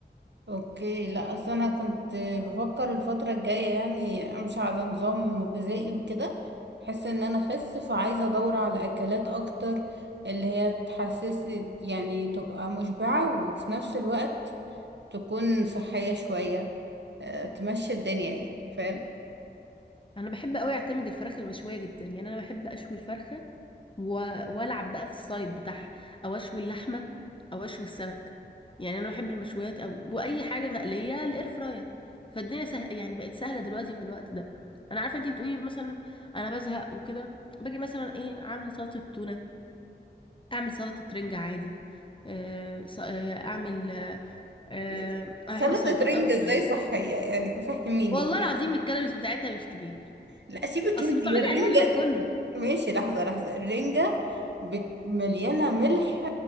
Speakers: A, on the right; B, on the left.
A: اوكي لا اصل انا كنت بفكر الفترة الجاية يعني امشي على نظام غذائي وكده بحس ان انا اخس فعايزة ادور على اكلات اكتر اللي هي تحسسي يعني تبقى مشبعة وفي نفس الوقت تكون صحية شوية آه، تمشي الدنيا يعني فاهم
B: انا بحب قوي اعتمد الفراخ المشويه جدا يعني انا بحب اشوي الفرخه و- والعب بقى في الصيد بتاعها او اشوي اللحمه او اشوي السمك يعني انا بحب المشويات قوي واي حاجه مقليه الاير فراير فالدنيا سهل يعني بقت سهله دلوقتي في الوقت ده انا عارفه انتي بتقولي مثلا انا بزهق وكده باجي مثلا ايه عامله سلطه تونه اعمل سلطه رنجة عادي آه، ص- آه، اعمل آه، آه،
A: يعني
B: انا
A: سلطة
B: بحب السلطات
A: رنجة
B: قوي في
A: ازاي
B: العموم
A: صحية يعني فهميني
B: والله
A: <laughs>
B: العظيم الكالوريز بتاعتها مش كتير
A: لا سيبك
B: اصل
A: انت
B: بتقعدي
A: يا الرنجة
B: عليها اليوم كله
A: ماشي لحظة لحظة الرنجة بت- مليانة ملح